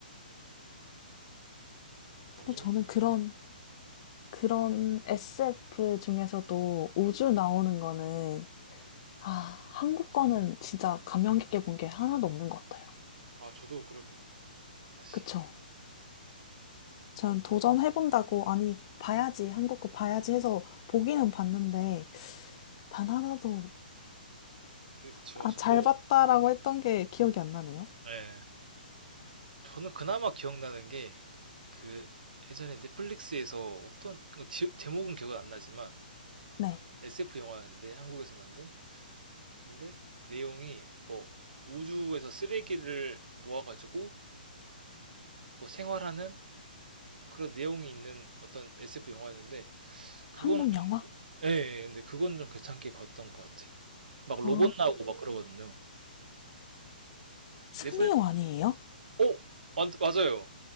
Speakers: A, on the right; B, on the left.
A: 아니면,
B: 근데 저는 그런, 그런 SF 중에서도 우주 나오는 거는, 아, 한국 거는 진짜 감명 깊게 본 게 하나도 없는 것 같아요.
A: 아, 저도 그러긴 해요, 사실.
B: 그쵸. 전 도전해본다고, 아니, 봐야지, 한국 거 봐야지 해서 보기는 봤는데, 단 하나도,
A: 그, 저,
B: 아,
A: 저도,
B: 잘 봤다라고 했던 게 기억이 안 나네요.
A: 예. 저는 그나마 기억나는 게 그 예전에 넷플릭스에서 어떤 그 지- 제목은 기억은 안 나지만
B: 네.
A: SF 영화였는데 한국에서 만든 근데 내용이 뭐 우주에서 쓰레기를 모아가지고 뭐 생활하는 그런 내용이 있는 어떤 SF 영화였는데 그거는
B: 한국
A: 좀
B: 영화?
A: 예, 예, 예. 근데 그거는 좀 괜찮게 봤던 것 같아요. 막 로봇
B: 아,
A: 나오고 막 그러거든요.
B: 승리원이에요?
A: 넷플릭스 오 맞, 맞아요.